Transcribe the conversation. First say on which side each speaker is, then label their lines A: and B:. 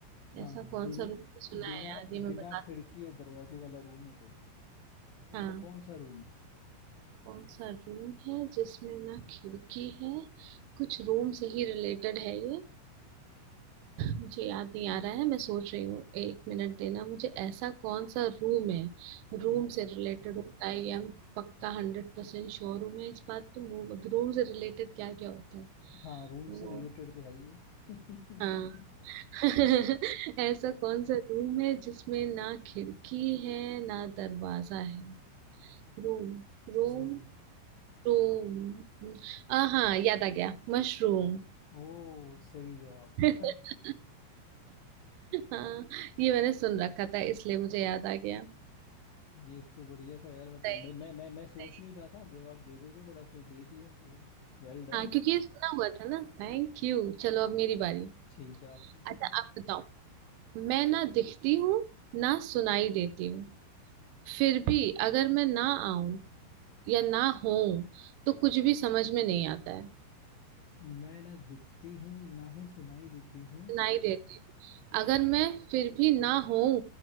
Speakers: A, on the left (about 80°); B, on the right (about 80°).
A: हाँ
B: ऐसा कौन
A: बिन
B: सा रूम सुना
A: बिना
B: है यार ये मैं
A: बिना
B: बता
A: खिड़की और दरवाजे वाला रूम है कोई
B: हाँ
A: ऐसा कौन सा रूम है
B: कौन सा रूम है जिसमें ना खिड़की है कुछ रूम से ही रिलेटेड है ये मुझे याद नहीं आ रहा है मैं सोच रही हूँ एक मिनट देना मुझे ऐसा कौन सा रूम है रूम
A: हम्म।
B: से रिलेटेड होता है ये हम पक्का हंड्रेड परसेंट श्योर हूँ मैं इस बात तो रूम से रिलेटेड क्या क्या होता है
A: हाँ रूम
B: वो
A: से रिलेटेड तो है ही है
B: हाँ <laughs> ऐसा कौन सा रूम है जिसमें ना खिड़की है ना दरवाजा है Room room
A: <laughs> रूम
B: room आ हाँ याद आ गया मशरूम
A: ओ सही जवाब
B: <laughs> हाँ ये मैंने सुन रखा था इसलिए मुझे याद आ गया
A: <laughs> ये तो बढ़िया था यार मतलब
B: सही
A: मैं मैं मैं मैं
B: सही
A: सोच नहीं रहा था आप जवाब दे दोगे बट आपने दे दिया तो वेल डन
B: हाँ क्योंकि ये सुना हुआ था ना Thank you चलो अब मेरी बारी
A: ठीक है आप पूछो
B: अच्छा
A: कुछ
B: आप बताओ मैं ना दिखती हूँ ना सुनाई देती हूँ फिर भी अगर मैं ना आऊं या ना हो तो कुछ भी समझ में नहीं आता है
A: मैं ना दिखती हूँ ना ही सुनाई देती हूँ
B: सुनाई देती हूँ अगर मैं फिर भी ना हो